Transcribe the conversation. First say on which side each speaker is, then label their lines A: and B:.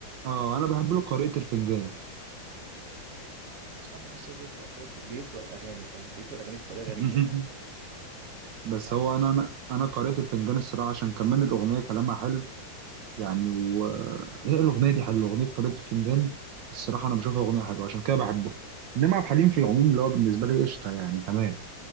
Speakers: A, on the right (about 75°); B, on the right (about 50°).
A: اه انا بحب له قارئة الفنجان
B: مش عارف بحسه هو بيقرا كده بيقرا الاغاني فاهم بيقرا الاغاني بطريقه
A: <laughs>
B: غريبه
A: بس
B: ما اعرفش
A: هو انا انا انا قارئة الفنجان الصراحة عشان كمان الاغنية كلامها حلو يعني وهي الاغنية دي حلوة اغنية قارئة الفنجان الصراحة انا بشوفها اغنية حلوة عشان كده بحبها انما عبد الحليم في العموم اللي هو بالنسبة لي قشطة يعني تمام